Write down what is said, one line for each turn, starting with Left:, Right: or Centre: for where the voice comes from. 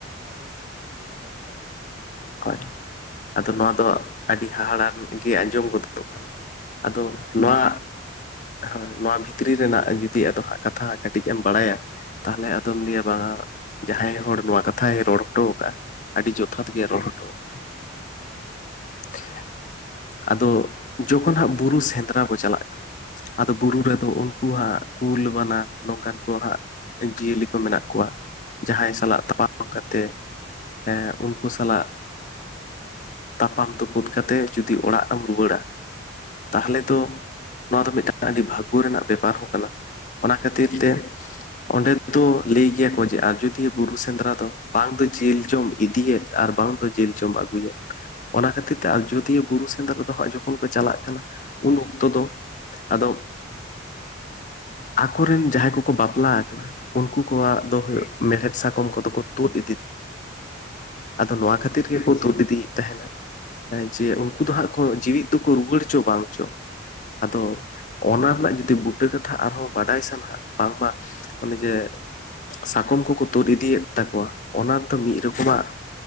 Right: ᱟᱹᱰᱤ ᱤᱭᱟᱹᱧ ᱟᱸᱡᱚᱢ ᱠᱮᱫᱟ᱾ ᱢᱮᱱ ᱛᱮ ᱟᱹᱰᱤ ᱤᱱᱴᱟᱨᱮᱥᱴ
Left: ᱦᱳᱭ
Right: ᱟᱪᱪᱷᱟ
Left: ᱟᱫᱚ
Right: ᱦᱮᱸ
Left: ᱱᱚᱣᱟ ᱫᱚ ᱟᱹᱰᱤ ᱦᱟᱦᱟᱲᱟᱢ ᱜᱮ ᱟᱸᱡᱚᱢ ᱜᱚᱫᱚᱜ ᱫᱚᱜ ᱠᱟᱱᱟ᱾
Right: ᱦᱮᱸ
Left: ᱟᱫᱚ
Right: ᱟᱹᱰᱤ ᱦᱟᱦᱟᱲᱟᱜ ᱜᱤᱧ
Left: ᱱᱟᱣᱟ
Right: ᱟᱸᱡᱚᱢ ᱠᱮᱫᱟ ᱦᱮᱸ
Left: ᱦᱳᱭ ᱱᱚᱣᱟ ᱵᱷᱤᱛᱨᱤ ᱨᱮᱱᱟᱜ ᱡᱩᱫᱤ ᱟᱫᱚ ᱦᱟᱸᱜ ᱠᱟᱛᱷᱟ ᱠᱟᱹᱴᱤᱡ ᱮᱢ ᱵᱟᱲᱟᱭᱟ, ᱛᱟᱦᱚᱞᱮ ᱟᱫᱚᱢ ᱞᱟᱹᱭᱟ ᱵᱟᱝ ᱡᱟᱦᱟᱸᱭ ᱦᱚᱲ ᱱᱚᱣᱟ ᱠᱟᱛᱷᱟᱭ ᱨᱚᱲ ᱦᱚᱴᱚ ᱟᱠᱟᱼᱟ, ᱟᱹᱰᱤ ᱡᱚᱛ
Right: ᱦᱮᱸ
Left: ᱨᱚᱲ
Right: ᱟᱪᱪᱷᱟ
Left: ᱦᱚᱴᱚᱠᱟᱜ-ᱟ᱾ ᱟᱫᱚ ᱡᱚᱠᱷᱚᱱ ᱦᱟᱸᱜ ᱵᱩᱨᱩ ᱥᱮᱸᱫᱽᱨᱟ ᱵᱚᱱ ᱪᱟᱞᱟᱜ ᱠᱟᱱᱟ ᱟᱫᱚ ᱵᱩᱨᱩ ᱨᱮ ᱫᱚ ᱩᱱᱠᱩ ᱦᱟᱸᱜ ᱠᱩᱞ ᱵᱟᱱᱟ ᱱᱚᱝᱠᱟᱱ ᱠᱚ ᱦᱟᱸᱜ ᱡᱤᱭᱟᱹᱞᱤ ᱠᱚ ᱢᱮᱱᱟᱜ ᱠᱚᱣᱟ᱾ ᱡᱟᱦᱟᱸᱭ ᱥᱟᱞᱟᱜ
Right: ᱦᱮᱸ
Left: ᱛᱟᱯᱟᱢ ᱠᱟᱛᱮᱜ ᱮ ᱩᱱᱠᱩ ᱥᱟᱞᱟᱜ ᱛᱟᱯᱟᱢ ᱛᱳᱯᱳᱫ ᱠᱟᱛᱮ ᱡᱩᱫᱤ ᱚᱲᱟᱜ ᱮᱢ ᱨᱩᱣᱟᱹᱲᱟ ᱛᱟᱦᱚᱞᱮ ᱫᱚ ᱱᱚᱣᱟ ᱫᱚ ᱢᱤᱫᱴᱟᱝ ᱟᱹᱰᱤ ᱵᱷᱟᱜᱜᱳ ᱨᱮᱱᱟᱜ ᱵᱮᱯᱟᱨ ᱦᱚᱸ ᱠᱟᱱᱟ᱾ ᱚᱱᱟ ᱠᱷᱟᱹᱛᱤᱨ
Right: ᱟᱪᱪᱷᱟ
Left: ᱛᱮ ᱚᱸᱰᱮ ᱫᱚ ᱞᱟᱹᱭ ᱜᱮᱭᱟ ᱠᱚ ᱡᱮ ᱟᱡᱚᱫᱤᱭᱟᱹ ᱵᱩᱨᱩ ᱥᱮᱸᱫᱽᱨᱟ ᱫᱚ ᱵᱟᱝ ᱫᱚ ᱡᱤᱞ ᱪᱚᱢ ᱤᱫᱤᱭᱮᱫ ᱟᱨ ᱵᱟᱝ ᱫᱚ ᱡᱤᱞ ᱪᱚᱢ ᱟᱹᱜᱩᱭᱮᱫ ᱚᱱᱟ ᱠᱷᱟᱹᱛᱤᱨ ᱛᱮ ᱟᱡᱳᱫᱤᱭᱟᱹ ᱵᱩᱨᱩ ᱥᱮᱸᱫᱽᱨᱟ ᱠᱚ ᱫᱚ ᱦᱟᱸᱜ ᱡᱚᱠᱷᱚᱱ ᱠᱚ ᱪᱟᱞᱟᱜ ᱠᱟᱱᱟ ᱩᱱ ᱚᱠᱛᱚ ᱫᱚ ᱟᱫᱚ ᱟᱠᱚ ᱨᱮᱱ ᱡᱟᱦᱟᱸᱭ ᱠᱚ ᱠᱚ ᱵᱟᱯᱞᱟ ᱟᱠᱟᱱᱟ ᱩᱱᱠᱩ ᱠᱚᱣᱟᱜ
Right: ᱦᱮᱸ
Left: ᱫᱚ ᱦᱩᱭᱩᱜ ᱢᱮᱲᱦᱮᱫ ᱥᱟᱠᱟᱢ ᱠᱚᱫᱚ ᱠᱚ ᱛᱳᱫ ᱤᱫᱤ ᱟᱫᱚ
Right: ᱟᱪᱪᱷᱟ
Left: ᱱᱚᱣᱟ
Right: ᱟᱪᱪᱷᱟ
Left: ᱠᱷᱟᱹᱛᱤᱨ ᱜᱮ ᱠᱚ ᱛᱳᱫ ᱤᱫᱤᱭᱮᱫ ᱛᱟᱦᱮᱱᱟ ᱦᱮᱸ ᱡᱮ ᱩᱱᱠᱩ ᱫᱚ ᱦᱟᱸᱜ ᱠᱚ ᱡᱤᱣᱮᱫ ᱛᱮᱠᱚ ᱨᱩᱣᱟᱹᱲ ᱪᱚ ᱵᱟᱝ ᱪᱚ᱾ ᱟᱫᱚ
Right: ᱟᱪᱪᱷᱟ ᱟᱪᱪᱷᱟ
Left: ᱚᱱᱟ
Right: ᱟᱪᱪᱷᱟ
Left: ᱨᱮᱱᱟᱜ ᱡᱩᱫᱤ ᱵᱩᱴ <unintelligible> ᱠᱟᱛᱷᱟ ᱟᱨ ᱦᱚᱸ ᱵᱟᱰᱟᱭ ᱥᱟᱱᱟ ᱵᱟᱝᱢᱟ ᱚᱱᱮ ᱡᱮ ᱥᱟᱠᱚᱢ ᱠᱚᱠᱚ ᱛᱳᱫ ᱤᱫᱤᱭᱮᱫ ᱛᱟᱠᱚᱣᱟ ᱚᱱᱟ ᱫᱚ
Right: ᱦᱮᱸ
Left: ᱢᱤᱫ
Right: ᱥᱟᱠᱟᱢ
Left: ᱨᱚᱠᱚᱢᱟᱜ
Right: ᱠᱚ ᱦᱮᱸ